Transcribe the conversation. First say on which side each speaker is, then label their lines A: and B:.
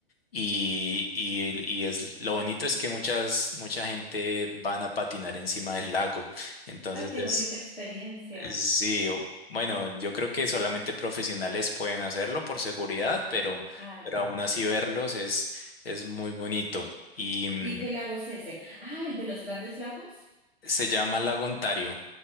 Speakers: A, on the left; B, on the left.
A: y, y, y es lo bonito es que muchas, mucha gente van a patinar encima del lago. Entonces
B: Ay, qué
A: es,
B: bonita experiencia.
A: es- sí, o- bueno, yo creo que solamente profesionales pueden hacerlo por seguridad, pero,
B: Ah,
A: pero
B: ya.
A: aún así verlos es, es muy bonito. Y mm,
B: ¿Y qué lago es ese? Ah, el de los grandes lagos.
A: se llama Lago Ontario.